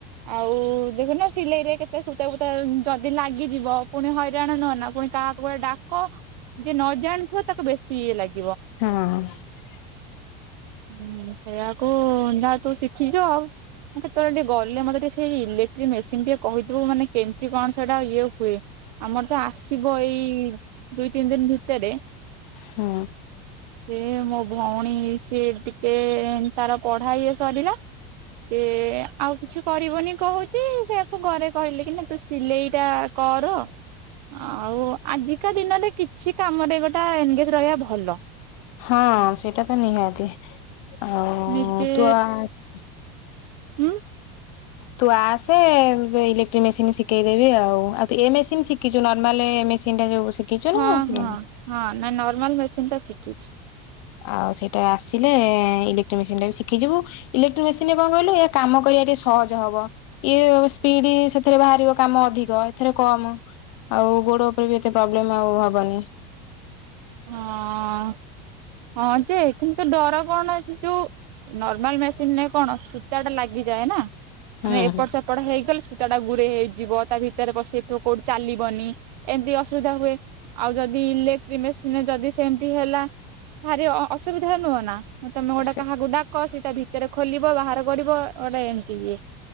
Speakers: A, on the right (about 90°); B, on the left (about 50°).
A: ଆଉ ଦେଖୁନ ସିଲେଇରେ କେତେ ସୂତା ଫୁତା ଯଦି ଲାଗିଯିବ ପୁଣି ହଇରାଣ ନୁହଁ ନା ପୁଣି କାହାକୁ ଗୋଟେ ଡାକ ଯେ ନ ଜାଣୁଥିବ ତାକୁ ବେଶୀ ଇଏ ଲାଗ୍
B: ହଁ।
A: ହୁଁ ସେଇଆକୁ ଅଧା ତୁ ଶିଖିଛୁ ଆଉ। ମୁଁ କେତେବେଳେ ଟିକେ ଗଲେ ମତେ ଟିକେ ସେଇ ଇଲେକ୍ଟ୍ରିକ ମେସିନ ଟିକେ କହିଥିବୁ ମାନେ କେମିତି କଣ ସେଇଟା ଇଏ ହୁଏ। ଆମର ତ ଆସିବ ଏଇ ଦୁଇ ତିନି ଦିନ ଭିତରେ
B: ହୁଁ ।
A: ଏ ମୋ ଭଉଣୀ ସିଏ ଟିକେ ତାର ପଢା ଇଏ ସରିଲା ସେ ଆଉ କିଛି କରିବନି କହୁଛି ସେୟାକୁ ଘରେ କହିଲେ କି ନା ତୁ ସିଲେଇଟା କର ରଅ ଆଉ ଆଜିକା ଦିନରେ କିଛି କାମରେ ଗୋଟେ ଏନଗେଜ ରହିବା ଭଲ।
B: ହଁ ସେଇଟା ତ ନିହାତି ଆଉ
A: ନିଜେ
B: ତୁ ଆସ
A: ହୁଁ
B: ତୁ ଆସେ ଯୋଉ ଇଲେକ୍ଟ୍ରିକ ମେସିନି ଶିକେଇଦେବି ଆଉ ଆଉ ତୁ ଏ ମେସିନ୍ ଶିକିଛୁ ନର୍ମାଲେ ମେସିନଟା ଯୋଉ ଶିଖିଛୁ
A: ହଁ
B: ନା ଶିଖିନୁ?
A: ହଁ ହଁ ନାଇଁ ନର୍ମାଲ ମେସିନ୍ ଟା ଶିକିଛି।
B: ଆଉ ସେଇଟା ଆସିଲେ ଇଲେକ୍ଟ୍ରିକ ମେସିନଟା ବି ଶିଖିଯିବୁ ଇଲେକ୍ଟ୍ରିକ ମେସିନରେ କଣ କହିଲୁ ଏଇଆ କାମ କ ରିବା ଟିକେ ସହଜ ହବ ଇଏ ସ୍ପିଡ ସେଥିରେ ବାହାରିବ କାମ ଅଧିକ ଏଥିରେ କମ। ଆଉ ଗୋଡ ଉପରେ ବି ଏତେ ପ୍ରୋବ୍ଲେମ ଆଉ ହବନି।
A: ହଁ ହଁ ଯେ କି ନ୍ତୁ ଡର କଣ ଅଛି ଯୋଉ ନର୍ମାଲ ମେସିନରେ କଣ ସୂତା ଟା ଲାଗିଯାଏ ନା!
B: ହୁଁ
A: ମାନେ ଏପଟ ସେପଟ ହେଇଗଲେ ସୂ ତାଟା ଗୁରେଇ ହେଇଯିବ ତା ଭିତରେ ପଶିଯାଇଥିବ କୋଉଠି ଚାଲିବନି ଏମିତି ଅସୁବିଧା ହୁଏ ଆଉ ଯଦି ଇଲେକ୍ଟ୍ରି ମେସିନରେ ଯଦି ସେମିତି ହେଲା ଭାରି ଅସୁବିଧା ନୁହଁ ନା ମୁଁ ତମେ ଗୋଟେ
B: ସେ
A: କାହାକୁ ଡାକ ଶ୍ ତା ଭିତରେ ଖୋଲିବ ବାହାର କରିବ ଗୋଟେ ଏମିତି କି।